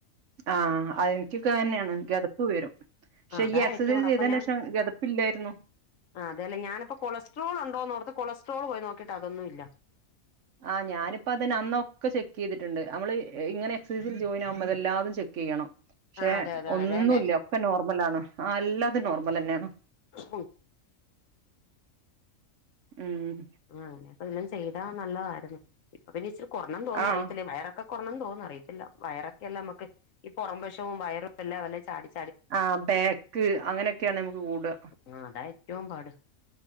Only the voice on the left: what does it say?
അതാ
ഏറ്റവും കൂടെ
അപ്പൊ ഞാൻ
ആ അതെ ല്ലെ ഞാനിപ്പോ കൊളസ്ട്രോള് ണ്ടോന്നോർത്ത് കൊളസ്ട്രോൾ പോയി നോക്കിട്ട് അതൊന്നും ഇല്ല.
ആ അതെ അതെ അങ്ങനെയല്ലേ
ഉം.
ആഅങ്ങനൊക്കെ വല്ലോം ചെയ്താ നല്ലതായിരുന്നു ഇപ്പൊ പിന്നെ ഇച്ചിരി കുറഞ്ഞെന്ന് തോന്നന്ന്
അറിയത്തില്ലേ വയറൊക്കെ കുറഞ്ഞെന്ന് തോന്നുന്നു അറയിത്തില്ല വയറൊക്കെല്ലാം നമുക്ക് ഈ പുറം വശവും വയറും എല്ലാംചാടി
അ അതാ ഏറ്റവും പാട്